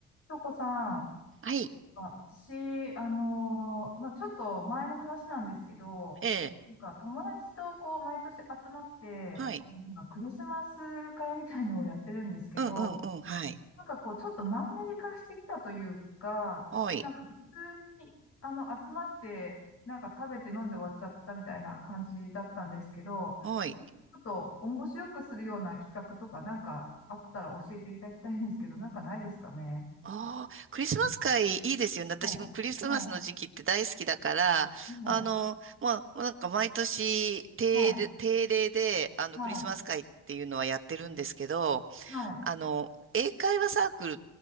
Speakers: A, on the left (about 50°); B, on the right (about 45°).
A: 京子さん、
B: はい。
A: あ、私、あのーまあ、ちょっと前の話なんですけど、
B: ええ。
A: なんか友達とこう毎年集まって、
B: はい。
A: こうなんかクリスマス会みたいのをやってるんですけど、
B: うんうんうん。はい。
A: なんかこうちょっとマンネリ化してきたというか、
B: はい。
A: なんか普通にあの集まって、なんか食べて飲んで終わっちゃったみたいな感じだったんですけど、
B: はい。
A: ちょっと面白くするような企画とかなんかあったら教えていただきたいんですけど、なんかないですかね。
B: ああ、クリスマス会いいですよね。私もクリスマスの時期って大好きだから、
A: はい。はい。はい
B: あの、まあ、なんか毎年定例、
A: はい、
B: 定例で、あの、
A: はい、
B: クリスマス会っていうのはやってるんですけど、
A: はい、
B: あの、英会話サークルっ